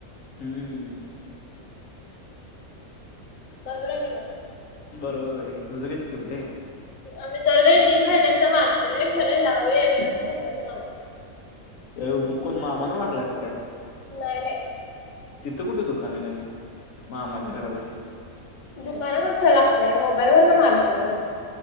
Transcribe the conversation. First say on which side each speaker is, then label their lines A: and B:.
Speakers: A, on the left; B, on the left.
A: हम्म
B: बरोबर आहे कने
A: बरोबर आहे तुझं काय चुकलं आहे
B: आम्ही दर वेळी तीन महिन्याच मारतोय खरं ह्यावे एकच महिन्याचा मारला
A: एवकुून मामान मारला काय
B: नाही नाही
A: तिथं कुठे दुकान आहे त्यानी म मामाच्या घरापाशी
B: दुकाना कसा लागतय मोबाईल वर न मारतो मी